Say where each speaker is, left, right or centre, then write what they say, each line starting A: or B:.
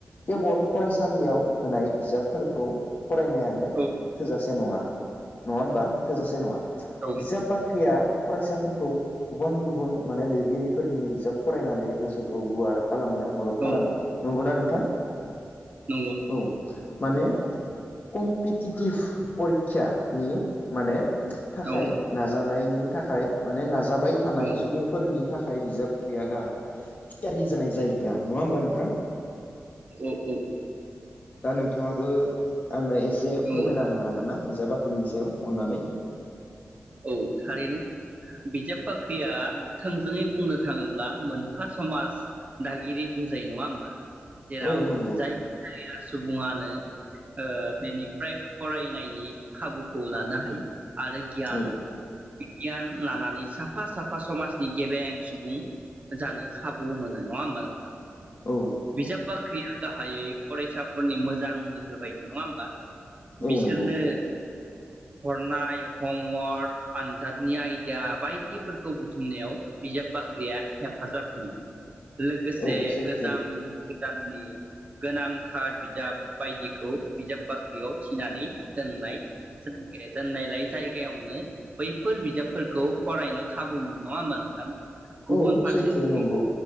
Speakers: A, on the left; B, on the right.
A: केबल फरायसालियाव होनाय बिजाबफोरखौ फरायनायानो
B: औ
A: थोजासे नङा। नङा होमबा थोजासे नङा।
B: औ
A: बिजाब बाख्रिया फरायसाफोरखौ गुबुन गुबुन माने लिरगिरिफोरनि बिजाब फरायनानै गोसोखौ गुवार खालामनायाव मदद
B: औ
A: खालामो। नंगौना नोंथां।
B: नंगौ।
A: औ माने कम्पिटिटिभ परिक्षानि माने थाखाय
B: औ
A: नाजानाय थाखाय माने नाजा जाबाय थानाय
B: औ
A: सुबुंफोरनि थाखाय बिजाब रिया गाहा थियारि जानाय जायो। या नङा होमबा नोंथां?
B: औ औ औ।
A: दा नोंथाङाबो आंनो ए से
B: औ
A: फोरमायना होनो हागोन ना? बिजाब बाख्रिनि सायाव अननानै।
B: औ थारैनो बिजाब बाख्रिया थोंजोङै बुंनो थाङोब्ला मोनफा समाज दागिरि बुंजायो नङा होमबा? जेराव
A: औ नंगौ
B: जायखि जाया सु बुङानो ओ बेनि फ्राय फरायनायनि खाबुखौ लानो हायो। आरो गियान
A: औ
B: बिगियान लानानै साफा साफा समाजनि गेबेें सुबुं जानो खाबु मोनो नङा होमबा नोंथां?
A: औ।
B: बिजाब बाख्रिया गाहायै फरायसाफोरनि मोजां लोगो बायदि नङा होमबा? बिसोरनो
A: औ नंगौ।
B: हरनाय हमवर्क आनजादनि आइदिया बायदिफोरखौ बुथुमनायाव बिजाब बाख्रिया हेफाजाब होयो। लोगोसे
A: औ सैथो
B: गोजाम गोदाननि गोनांथार बिजाब बायदिखौ बिजाब बाख्रियाव थिनानै दोननाय <unintelligible> दोननायलाय जायगायावनो बैफोर बिजाबफोरखौ फरायनो खाबु मोनो नङा होमबा नोंथां? गुबुन
A: औ
B: फारसेथिं
A: सैथो नंगौ